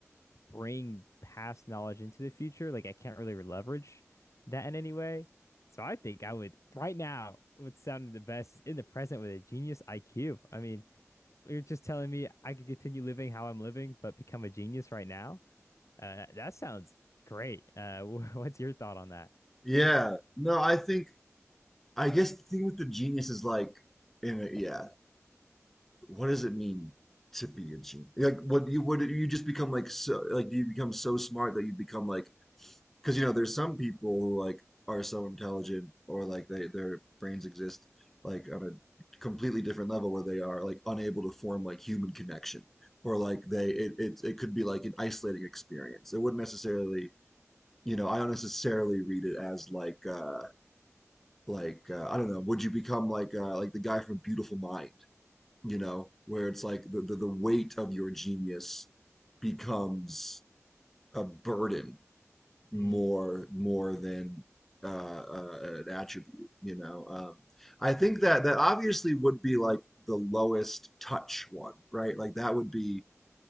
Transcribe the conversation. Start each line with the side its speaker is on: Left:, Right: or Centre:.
Left: bring past knowledge into the future. Like I can't really leverage that in any way. So I think I would right now. What's sounded the best is in the present with a genius IQ. I mean, you're just telling me I could continue living how I'm living, but become a genius right now. Uh, that sounds great. Uh, <laughs> what's your thought on that?
Centre: Yeah. No, I think I guess the thing with the genius is like in a, yeah, what does it mean to be a genius? Like what you what do you just become like so like do you become so smart that you become like because you know there's some people who like are so intelligent or like they their brains exist like on a completely different level where they are like unable to form like human connection or like they it it, it could be like an isolating experience. It wouldn't necessarily you know, I don't necessarily read it as like uh like uh, I don't know, would you become like uh like the guy from Beautiful Mind, you know, where it's like the the, the weight of your genius becomes a burden more
Left: Mm.
Centre: more than uh, uh an attribute, you know. Um I think that that obviously would be like the lowest touch one, right? Like that would be